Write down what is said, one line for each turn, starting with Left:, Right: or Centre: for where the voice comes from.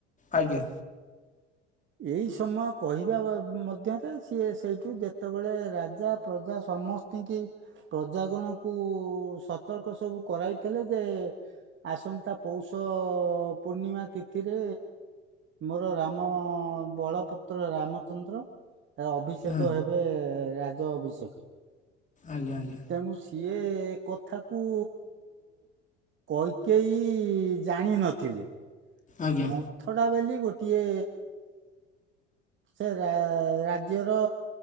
Left: ଆଜ୍ଞା।
Right: ଏଇ ସମୟ କହିବା ବା ମଧ୍ୟରେ ସିଏ ସେଇଠୁ ଯେ ଯେତେବେଳେ ରାଜା ପ୍ରଜା ସମସ୍ତିଙ୍କି ପ୍ରଜାଗଣକୁ ସତର୍କ ସବୁ କରାଇଥିଲେ ଯେ। ଆସନ୍ତା ପୌଷ ପୂର୍ଣ୍ଣିମା ତିଥିରେ। ମୋର ରାମ ବଡ ପୁତ୍ର ରାମଚନ୍ଦ୍ର ତା ଅଭିଷେକ
Left: ହୁଁ
Right: ହେ ଏ ରାଜ ଅଭିଷେଖ।
Left: ଆଜ୍ଞା ଆଜ୍ଞା।
Right: ଏଟା ମୁଁ ସିଏ କଥାକୁ କୈକେୟୀ ଜାଣିନଥିଲେ।
Left: ଆଜ୍ଞା
Right: ମନ୍ଥଡ଼ା ବେଲି ଗୋଟିଏ ସେ ରା ରାଜ୍ୟର